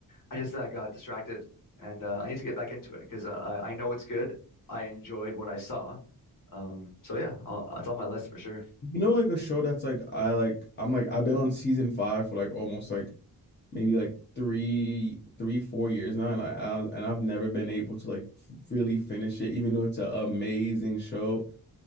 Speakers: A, on the left; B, on the left.
A: I just uh, got distracted, and uh, I need to get back into it because I I know it's good. I enjoyed what I saw. Um, so yeah, I'll, it's on my list for sure.
B: You know, like a show that's like I like I'm like I've been on season five for like almost like maybe like three three four years now, and I, I and I've never been able to like f- really finish it, even though it's an amazing show.